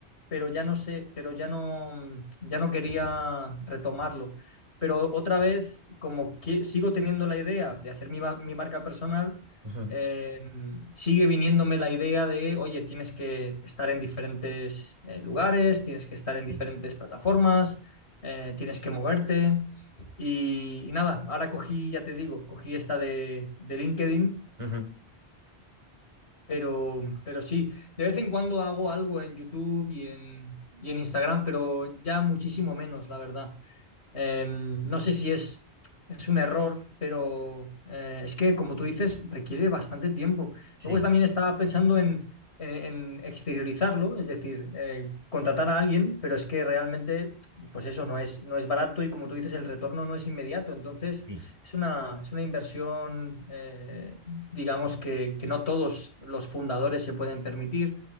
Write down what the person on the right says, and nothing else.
ujú.
Sí,
ujú.
Sí,
sí,